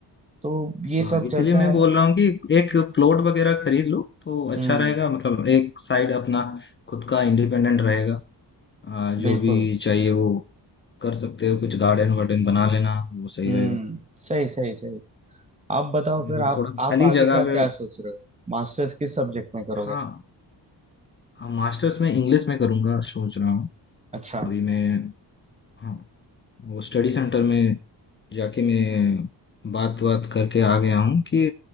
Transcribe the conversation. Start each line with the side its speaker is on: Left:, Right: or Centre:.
Right: तो ये
Left: हाँ
Right: सब
Left: इसीलिए
Right: चलता
Left: मैं
Right: है
Left: बोल रहा हूँ कि एक प्लॉट वगैरह खरीद लो तो अच्छा
Right: हम्म
Left: रहेगा मतलब एक साइड अपना खुद का इंडिपेंडेंट रहेगा आ, जो
Right: बिल्कुल
Left: भी चाहिए वो कर सकते हो कुछ गार्डन वार्डन बना लेना वो सही
Right: हम्म
Left: रहेगा
Right: सही सही सही आप बताओ
Left: मतलब
Right: फिर आप
Left: थोड़ा
Right: आप
Left: खाली
Right: आगे
Left: जगह
Right: का क्या
Left: पे
Right: सोच रहे हो मास्टर्स किस सब्जेक्ट में करोगे
Left: हाँ मास्टर्स में इंग्लिश में करूँगा सोच रहा हूँ
Right: अच्छा
Left: अभी मैं हाँ वो स्टडी सेंटर में जाके मैं बात बात करके आ गया हूँ कि